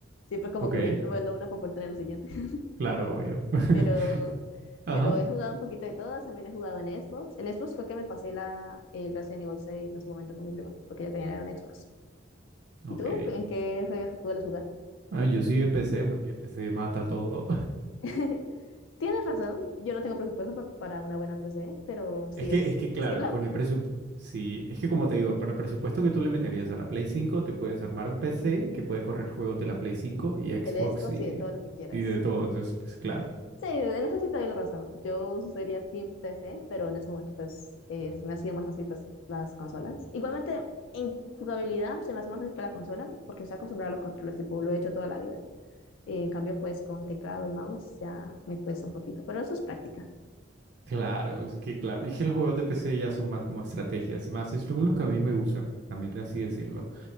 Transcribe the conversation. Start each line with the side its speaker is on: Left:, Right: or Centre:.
Left: Siempre como
Right: Ok.
Left: que vendo, vendo una para poder tener la siguiente. <laughs>
Right: Claro, obvio. <laughs>
Left: Pero,
Right: Ajá.
Left: pero he jugado un poquito de todas. También he jugado en Xbox. En Xbox fue que me pasé la, el Resident Evil 6 en su momento con mi prima, porque ella tenía una Xbox.
Right: Ok.
Left: ¿Y tú? ¿En qué juegos sueles jugar?
Right: Ah, yo sí empecé porque PC mata todo.
Left: <laughs> Tienes razón. Yo no tengo presupuesto pa- para una buena PC, pero sí
Right: Es que,
Left: es.
Right: es que claro,
Left: Es que la,
Right: con el presupuesto, sí, es que como te digo, para el presupuesto que tú le meterías a la Play cinco te puedes armar un PC que puede correr juegos de la Play 5 y Xbox
Left: el Xbox
Right: y,
Left: y de todo lo que quieras.
Right: y de todo. Entonces, pues claro,
Left: Sí, en eso sí te doy la razón. Yo sería Team PC, pero en ese momento pues eh, se me hacía más fácil pues las consolas. Igualmente en jugabilidad se me hace más fácil que la consola porque estoy acostumbrada a los controles, tipo lo he hecho toda la vida. Eh, en cambio pues con teclado y mouse ya me cuesta un poquito, pero eso es práctica.
Right: claro, es que claro. Y que los juegos de PC ya son más como estrategias y más, es lo lo que a mí me gusta, también así decirlo.